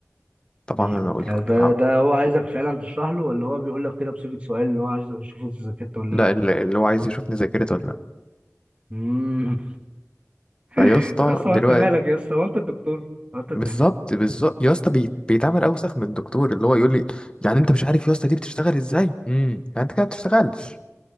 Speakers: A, on the left; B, on the right.
A: طبعا
B: بي...
A: انا قلت
B: ده ده
A: آه.
B: ده هو عايزك فعلا تشرح له ولا هو بيقول لك كده بصيغة سؤال اللي هو عايزك تشوف اذا ذاكرت ولا
A: لا اللي
B: لا
A: اللي هو عايز يشوفني ذاكرته
B: امم
A: ما
B: <laughs>
A: يا اسطى
B: طب يا اسطى
A: دلوقتي
B: هو انت مالك يا اسطى هو انت الدكتور هو انت
A: بالظبط بالظبط يا اسطى بيت- بيتعمل اوسخ من الدكتور اللي هو يقول لي يعني انت مش عارف يا اسطى دي بتشتغل ازاي امم يعني انت كده ما بتشتغلش